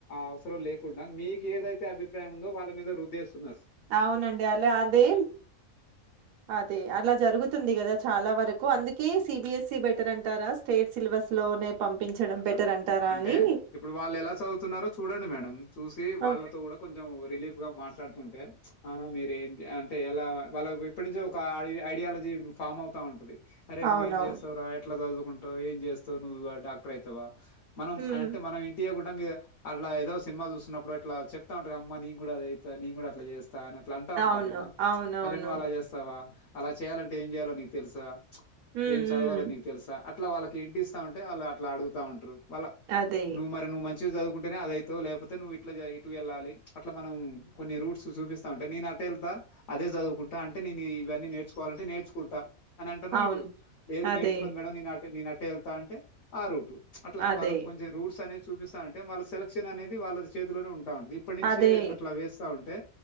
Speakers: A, on the left; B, on the right.
A: అవసరం లేకుండా మీకు ఏదైతే అభిప్రాయం ఉందో వాళ్ళ మీద వుద్ధేస్తున్నారు
B: అవునండి అలా అదే అదే అలా జరుగుతుంది కదా చాలా వరకు అందుకే సిబిఎస్ఈ బెటర్ అంటారా స్టేట్ సిలబస్ లోనే పంపించడం బెటర్
A: అదే
B: అంటారా
A: అంటే
B: అని
A: ఇప్పుడు వాళ్ళు ఎలా చదువుతున్నారో చూడండి మేడం చూసి వాళ్ళతో
B: ఉమ్
A: కూడా కొంచెం రిలీఫ్ గా మాట్లాడుతుంటే అన మీర ఏం అంటే ఎలా వాళ్ళ ఇప్పటి నుంచో ఒక ఐడియాలజీ ఫామ్ అవుతా ఉంటది అరే నువ్
B: అవునవును
A: చేస్తావురా ఎట్లా చదువుకుం ఏం చేస్తావు నువ్వు డాక్టర్ అయితవా మనం
B: ఉమ్
A: అంటే మనం ఇంటియా కుడా మీద అట్లా ఏదో సినిమా చూస్తున్నప్పుడు అట్లా చెప్తా ఉంటారు అమ్మ నీ కూడా అది ఐత నెన్ కూడా అట్లా చేస్తా <unintelligible> అట్లా అంటా ఉంటారు
B: అవును
A: కదా
B: అవునవును
A: అరే నువ్వు అలా చేస్తావా అలా చేయాలంటే ఏం చేయాలో నీకు తెలుసా
B: ఉమ్
A: ఏం చదవాలో
B: ఉమ్
A: నీకు తెలుసా అట్లా వాళ్ళకి హింట్ ఇస్తా ఉంటే వాళ్ళ అట్లా అడుగుతా ఉంటారు వాళ్ళా
B: అదే
A: నువ్ మరి నువ్వు మంచి మంచిగా చదువుకుంటేనే అద అయితవ్ లేకపోతే నువ్వు ఇట్లా ఇటు వెళ్ళాలి అట్లా మనం కొన్ని రూట్స్ చూపిస్తా ఉంటే నేను ట్ట వెళ్తా అదే చదువుకుంటా అంటే నేను ఇవన్నీ నేర్చుకోవాలంటే నేర్చుకుంటా అని అంటాను
B: అవును
A: ఇటు లేదు
B: అదే
A: నేర్చుకొని మేడం నీ నేన అట్టే వెళ్తా అంటే ఆ రూటు అట్లా
B: అదే
A: వాళ్ళ కొ రూట్స్ అనేది చూపిస్తా అంటే వాళ్ళ సెలక్షన్ అనేది వాళ్ళ చేతిలోనే ఉంటుంది ఉ ఇప్పటి నుంచే
B: అదే
A: అట్లా వేస్తా ఉంటే